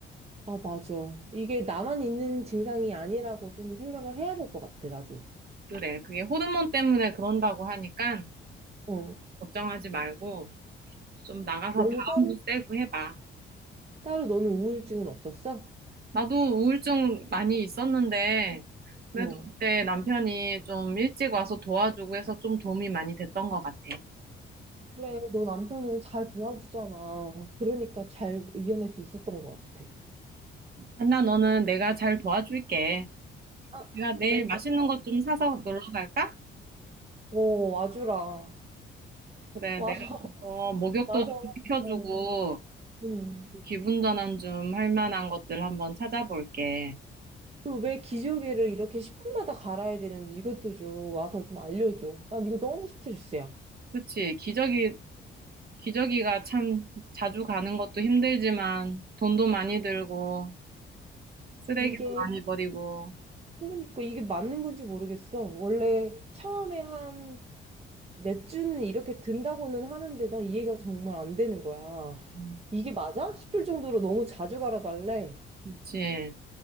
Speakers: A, on the right; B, on the right.
A: 아, 맞아. 이게 나만 있는 증상이 아니라고 좀 생각을 해야 될 것 같아, 나도.
B: 그래. 그게 호르몬 때문에 그런다고 하니까
A: 어.
B: 걱정하지 말고 좀 나가서
A: 너는
B: 바람도
A: 따로?
B: 쐬고 해봐.
A: 따로 너는 우울증은 없었어?
B: 나도 우울증 많이 있었는데 그래도
A: 어.
B: 그때 남편이 좀 일찍 와서 도와주고 해서 좀 도움이 많이 됐던 것 같아.
A: 그래, 너 남편은 잘 도와주잖아. 그러니까 잘 이겨낼 수 있었던 것 같아.
B: 한나, 너는 내가 잘 도와줄게.
A: 아,
B: 내가 내일
A: 그럴
B: 맛있는
A: 것 같아.
B: 것 좀 사서 놀러 갈까?
A: 어, 와주라.
B: 그래,
A: 와서,
B: 내가
A: <laughs>
B: 가서 목욕도
A: 와서.
B: 좀 시켜주고
A: 어. 음.
B: 기분 전환 좀 할 만한 것들 한번 찾아볼게.
A: 그왜 기저귀를 이렇게 10분마다 갈아야 되는지 이것도 좀 와서 좀 알려줘. 난 이거 너무 스트레스야.
B: 그치, 기저귀, 기저귀가 참 자주 가는 것도 힘들지만 돈도 많이 들고 쓰레기도
A: 이게,
B: 많이 버리고.
A: 그러니까 이게 맞는 건지 모르겠어. 원래 처음에 한 맥주는 이렇게 든다고는 하는데 난 이해가 정말 안 되는 거야.
B: 음,
A: 이게 맞아? 싶을 정도로 너무 자주 갈아달래.
B: 그치.